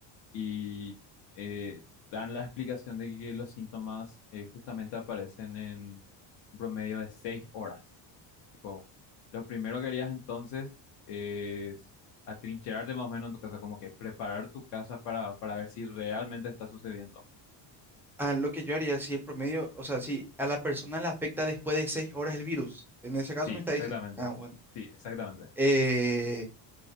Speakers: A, on the left (about 70°); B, in the centre.
A: y eh, dan la explicación de que los síntomas eh, justamente aparecen en un promedio de seis horas. Tipo, lo primero que harías entonces es atrincherarte más o menos en tu casa, como que preparar tu casa para, para ver si realmente está sucediendo.
B: Ah, lo que yo haría, si el promedio, o sea, si a la persona le afecta después de seis horas el virus, en ese caso
A: Sí,
B: me está
A: exactamente.
B: diciendo, ah, bueno,
A: Sí, exactamente.
B: Eh,